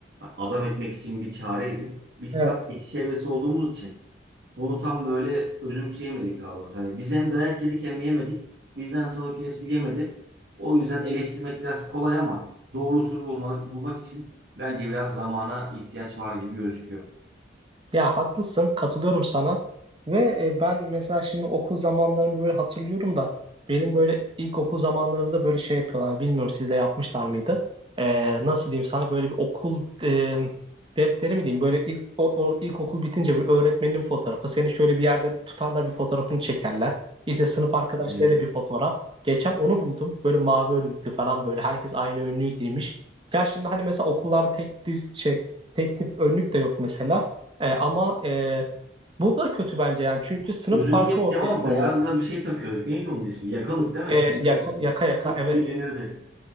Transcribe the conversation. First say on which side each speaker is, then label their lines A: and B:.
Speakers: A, on the right; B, on the right.
A: Adam etmek için bir çare edin. Biz
B: Evet.
A: tam geçiş evresi olduğumuz için bunu tam böyle özümseyemedik daha doğrusu. Hani biz hem dayak yedik hem yemedik. Bizden sonraki nesil yemedi. O yüzden eleştirmek biraz kolay ama doğrusunu bulmak, bulmak için bence biraz zamana ihtiyaç var gibi gözüküyor.
B: Ya haklısın, katılıyorum sana. Ve e, ben mesela şimdi okul zamanlarımı böyle hatırlıyorum da benim böyle ilk okul zamanlarımızda böyle şey yapıyorlar. Bilmiyorum siz de yapmışlar mıydı? Ee, nasıl diyeyim sana böyle bir okul e, defteri mi diyeyim? Böyle ilk o, o ilkokul bitince böyle öğretmenin fotoğrafı. Seni şöyle bir yerde tutarlar bir fotoğrafını çekerler. İşte sınıf arkadaşlarıyla
A: Evet.
B: bir fotoğraf. Geçen onu buldum. Böyle mavi önlüklü falan böyle herkes aynı önlüğü girmiş. Ya şimdi hani mesela okullarda tek düz şey tek tip önlük de yok mesela. E, ama e, bu da kötü bence yani çünkü sınıf
A: Sözünü
B: farkı
A: keseceğim
B: ortaya
A: ama
B: koyuyor.
A: beyazla bir şey takıyorduk. Neydi onun ismi? Yakalık değil mi?
B: E,
A: Yakalık.
B: yaka, yaka yaka
A: Hep
B: evet.
A: kirlenirdi.